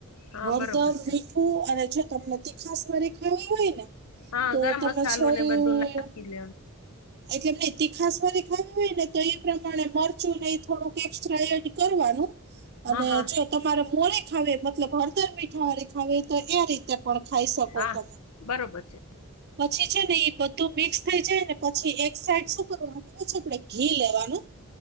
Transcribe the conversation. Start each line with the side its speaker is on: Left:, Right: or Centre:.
Left: હા
Right: હળદર
Left: બરોબર છે
Right: મીઠું અને જો તમને તીખાસ વારી ખાવી હોય ને તો
Left: હા ગરમ મસાલો ને
Right: <unintelligible>
Left: બધું નાખી લેવાનું
Right: એટલે એમને તીખાસ વાળી ખાવી હોય ને તો એ પ્રમાણે મરચું નહી થોડુંક એક્સ્ટ્રા એડ કરવાનું અને
Left: હા હા
Right: જો તમારે મોરે ખાવે મતલબ હળદર મીઠા વાળી ખાવે તો એ રીતે પણ ખાઈ શકો
Left: હા
Right: તમે.
Left: બરોબર છે
Right: પછી છે ને એ બધું મિક્સ થઈ જાય ને પછી એક સાઈડ શું કરવાનું છે આપડે ઘી લેવાનું